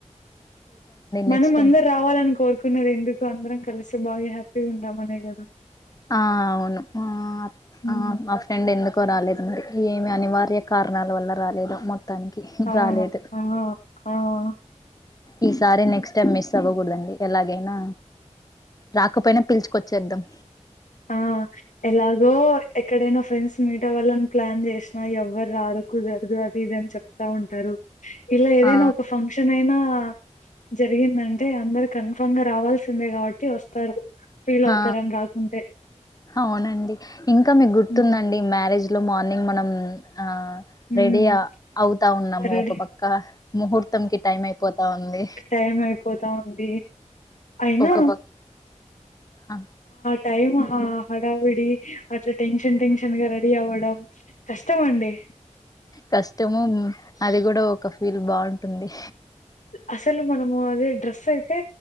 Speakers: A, on the left; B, on the left.
A: మనం
B: నెక్స్ట్ టైమ్.
A: అందర్ రావాలన్ కోర్ అకున్నది ఎందుకు అందరం కలిసి బాగా హ్యాపీగా ఉంటామనే కదా
B: ఆ అవును ఆ
A: హ్మ్.
B: ఆ మా ఫ్రెండ్ ఎందుకో రాలేదు మ ఏమి అనివార్య కారణాల వల్ల రాలేదొ మొ మొత్తానికి
A: అవును
B: రాలేదు
A: ఆ ఆ
B: ఈసారి నెక్స్ట్ టైం మిస్ అవ్వకూడదండి ఎలాగైనా రాకపోయినా పిలుచుకొచ్చేద్దాం
A: ఆ ఎలాగో ఎక్కడైనా ఫ్రెండ్స్ మీట్ అవాళ్లని ప్లాన్ చేసినా ఎవ్వరు రారు కుదరదు అది ఇదని చెప్తా ఉంటారు ఇలా ఏదైనా
B: ఆ
A: ఒక ఫంక్షన్ అయినా జరిగిందంటే అందరు కన్ఫామ్ గా రావాల్సిందే కాబట్టి వస్తారు ఫీల్ అవుతార
B: ఆ
A: అని రాకుంటే
B: అవునండి ఇంకా మీకు గుర్తుందండి
A: హ్మ్
B: మ్యారేజ్ లో మార్నింగ్ మనం ఆ
A: హ్మ్.
B: రెడీ ఆ అవుతా ఉన్నాము
A: రెడీ
B: ఒక పక్క ముహూర్తంకి టైం అయిపోతా ఉంది
A: టైం అయిపోతా ఉంది అయినా
B: ఒక ప ఆ
A: టైమ్ హా హడావిడి అట్లా టెన్షన్ టెన్షన్ గా రెడీ అవ్వడం కష్టం అండి
B: కష్టము అది కూడా ఒక ఫీల్ బాగుంటుంది
A: అసలు మనము <unintelligible> అయితే